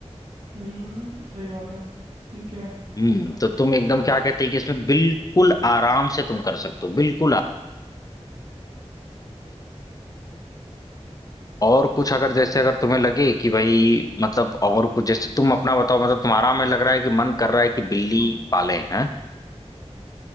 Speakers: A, on the right; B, on the left.
A: हम्म सही बात है ठीक है
B: हम्म तो तुम एकदम क्या कहते हैं कि इसमें बिल्कुल आराम से तुम कर सकते हो बिल्कुल आ- और कुछ अगर जैसे अगर तुम्हें लगे कि भाई मतलब और कुछ जैसे तुम अपना बताओ मतलब तुम्हारा में लग रहा है कि मन कर रहा है कि बिल्ली पाले हैं